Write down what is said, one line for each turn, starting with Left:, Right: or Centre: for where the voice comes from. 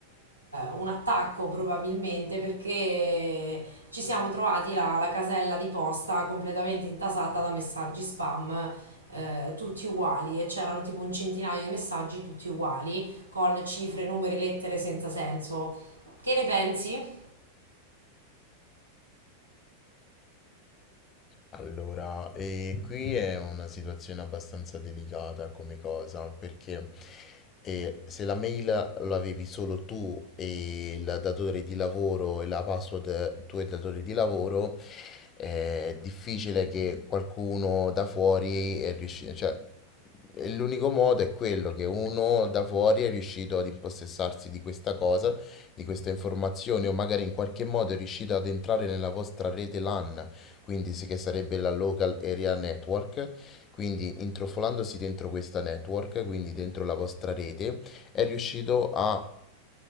Right: un attacco probabilmente perché ci siamo trovati la, la casella di posta completamente intasata da messaggi spam. eh, tutti uguali e c'erano tipo un centinaio di messaggi tutti uguali con cifre, numeri, lettere senza senso. Che ne pensi?
Left: Allora, eh, qui è una situazione abbastanza delicata come cosa, perché eh, se la mail lo avevi solo tu e il datore di lavoro e la password tu e il datore di lavoro, è difficile che qualcuno da fuori è riuscito, cioè e l'unico modo è quello che uno da fuori è riuscito ad impossessarsi di questa cosa, di questa informazione o magari in qualche modo è riuscito ad entrare nella vostra rete LAN quindi s- che sarebbe la Local Area Network. Quindi intrufolandosi dentro questa network, quindi dentro la vostra rete, è riuscito a